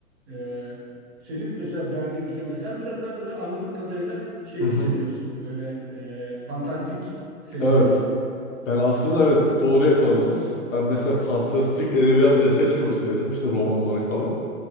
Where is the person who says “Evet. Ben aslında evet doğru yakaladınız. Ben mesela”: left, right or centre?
Left